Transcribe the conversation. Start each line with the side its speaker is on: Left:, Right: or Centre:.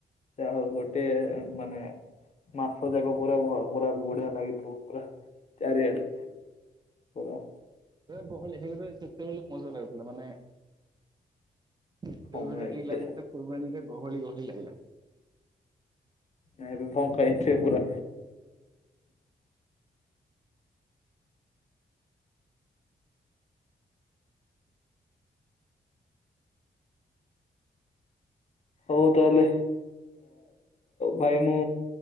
Left: ଯାହା ହଉ ଗୋଟେ ମାନେ ମାସ ଯାକ ପୁରା ପୁରା ବଢିଆ ଲାଗିଥିବ ପୁରା ଚାରିଆଡେ କୁର
Right: ଗହଳି ହେଇରେ ସେତେବେଳେ ମଜା ଲାଗୁଥିଲା ମାନେ ଭିଡ
Left: ହମ
Right: ଭିଡ
Left: ହେଇଥିଲେ
Right: ଟିକେ ଲାଗୁ ଫୁଲବାଣୀରେ ଗହଳି ଗହଳି ଲାଗିଲା।
Left: ନାଁ ଏବେ ପଖାଇଛ ପୁରା? ହଉ ତାହେଲେ ଭାଇ ମୁଁ